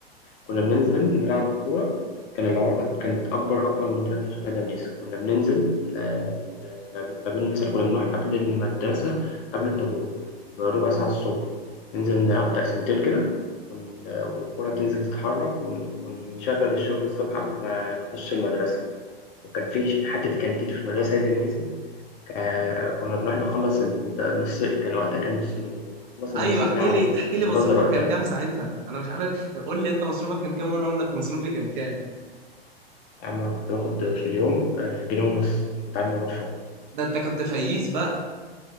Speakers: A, on the left; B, on the right.
A: كنا بننزل نلعب كورة كان العرض كانت أكبر أكبر مننا في الخادم نيس كنا بننزل آه، ما ما بين مثلا كنا بنروح قبل المدرسة قبل الطابور بربع ساعة الصبح ننزل نلعب تقسيمتين كده ون- والكرة تنزل تتحرك ون- ونشغل الشغل الصبح قبل ما نخش المدرسة وكان في حتة كانتين في المدرسة دي يا منيسي، آه كنا بنروح نخلص النص كان وقتها كان نص جنيه نخلص النص
B: ايوه احكي
A: جنيه عليه
B: لي احكي
A: كنا بنبذر
B: لي مصروفك
A: وقتها
B: كان كام ساعتها انا مش عارف قول لي انت مصروفك كان كام وانا اقول لك مصروفي كان كام
A: أما كنت باخد في اليوم آه جنيه ونص كنت على المرفه
B: ده انت كنت فقيس بقى